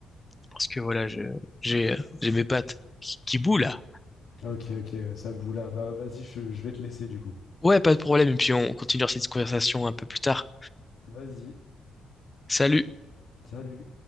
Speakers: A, on the left; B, on the left.
A: parce que voilà, je, j'ai, euh, j'ai mes pattes qui, qui bouent là.
B: ok, ok, ça boule là. Bah, vas-y, je, je vais te laisser du coup.
A: Ouais, pas de problème, et puis on continue cette conversation un peu plus tard.
B: Vas-y,
A: Salut!
B: salut.